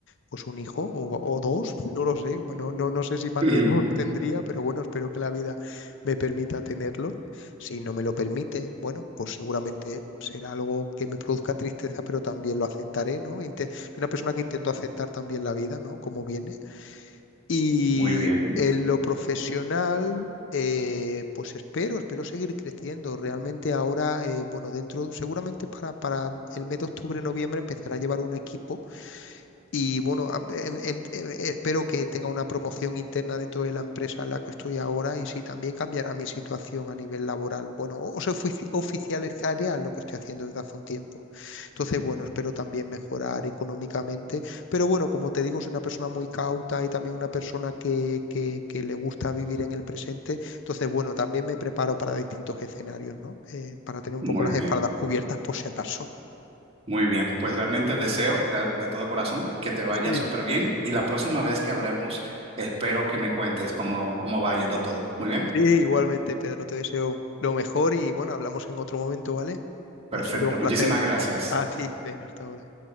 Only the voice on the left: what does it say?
pues un hijo o, o dos, <laughs> no lo sé. Bueno, no, no sé si más
de dos tendría, pero bueno, espero que la vida me permita tenerlo. Si no me lo permite, bueno, pues seguramente será algo que me produzca tristeza, pero también lo aceptaré, ¿no? Inte- soy una persona que intento aceptar también la vida, ¿no? Como viene. Y
en lo profesional... eh, pues espero, espero seguir creciendo. Realmente ahora, eh, bueno, dentro, seguramente para, para el mes de octubre, noviembre empezará a llevar un equipo y bueno, a- em- em- em- espero que tenga una promoción interna dentro de la empresa en la que estoy ahora y si también cambiará mi situación a nivel laboral. Bueno, o o se ofici- oficializaría lo que estoy haciendo desde hace un tiempo. Entonces, bueno, espero también mejorar económicamente. Pero bueno, como te digo, soy una persona muy cauta y también una persona que, que, que le gusta vivir en el presente. Entonces, bueno, también me preparo para distintos escenarios, ¿no? Eh, para tener un
poco las
espaldas cubiertas por si acaso.
sí
Sí, igualmente, Pedro, te deseo lo mejor y bueno, hablamos en otro momento, ¿vale?
Ha sido un
placer.
A ti, venga, hasta ahora.